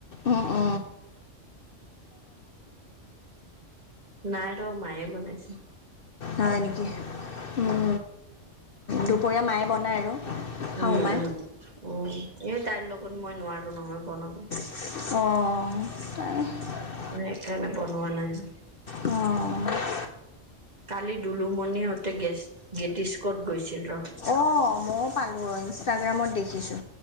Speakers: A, on the left (about 55°); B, on the right (about 35°).
A: উ অ'।
B: নাই ৰ মায়ে বনাইছে।
A: হয় নেকি উম দুপৰীয়া মায়ে বনায় আৰু। শাহু
B: উম,
A: মায়ে
B: উম, উম এই তাইৰ লগত মই নোৱাৰো নহয় বনাব।
A: অ'।
B: সেইকাৰণে বনোৱা নাই।
A: অ'।
B: কালি দুলুমণিহতে গেছ গেটিস্কত গৈছিল ৰ'।
A: অ মই পালো অ ইনষ্টাগ্ৰামত দেখিছো